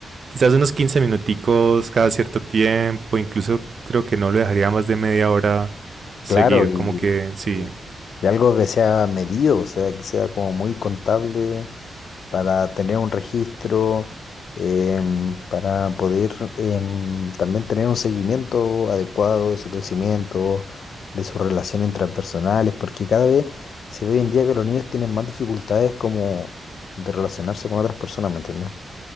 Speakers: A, on the right; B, on the left.
A: quizás unos 15 minuticos cada cierto tiempo, incluso creo que no lo dejaría más de media hora seguido,
B: Claro, y,
A: como que sí,
B: y- y algo que sea medido, o sea, que sea como muy contable para tener un registro, em, para poder em, también tener un seguimiento adecuado de su crecimiento, de sus relaciones intrapersonales, porque cada vez se ve hoy en día que los niños tienen más dificultades como de relacionarse con otras personas, ¿me entiendes?